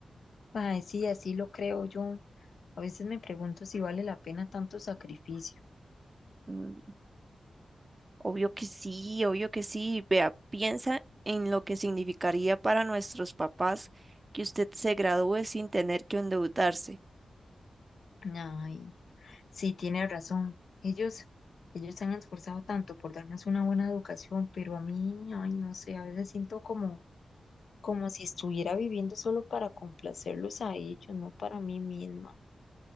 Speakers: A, on the left; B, on the right.
A: Mae, sí, así lo creo yo. A veces me pregunto si vale la pena tanto sacrificio.
B: Mm, obvio que sí, obvio que sí. Vea, piensa en lo que significaría para nuestros papás que usted se gradúe sin tener que endeudarse.
A: Ay. Sí, tiene razón. Ellos, ellos se han esforzado tanto por darnos una buena educación, pero a mí, ay, no sé, a veces siento como, como si estuviera viviendo solo para complacerlos a ellos, no para mí misma.